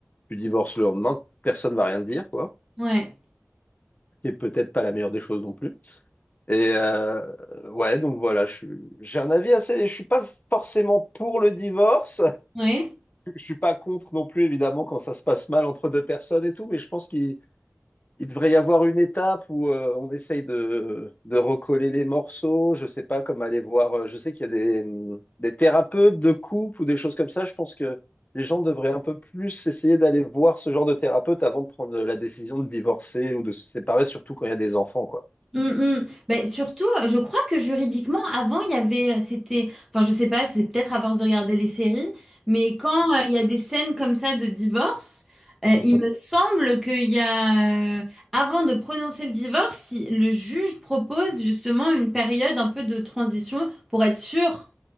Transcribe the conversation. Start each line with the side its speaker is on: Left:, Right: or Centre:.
Left: tu divorces le lendemain, personne va rien te dire, quoi.
Centre: Ouais.
Left: Ce qui est peut-être pas la meilleure des choses non plus. Et euh, ouais, donc voilà, je suis- j'ai un avis assez. Je suis pas forcément pour le divorce.
Centre: Ouais.
Left: je suis pas contre non plus, évidemment, quand ça se passe mal entre deux personnes et tout, mais je pense qu'il il devrait y avoir une étape où euh, on essaye de, de recoller les morceaux. Je sais pas comme aller voir. euh, je sais qu'il y a des, hum, des thérapeutes de couple ou des choses comme ça. Je pense que les gens devraient un peu plus essayer d'aller voir ce genre de thérapeute avant de prendre la décision de divorcer ou de se séparer, surtout quand il y a des enfants, quoi.
Centre: Mm, mm. Ben, surtout, euh, je crois que juridiquement, avant, il y avait, euh, c'était, enfin, je sais pas, c'est peut-être à force de regarder les séries, mais quand euh, il y a des scènes comme ça de divorce, euh,
Left: Mhm.
Centre: il me semble qu'il y a, euh, avant de prononcer le divorce, si le juge propose justement une période un peu de transition pour être sûr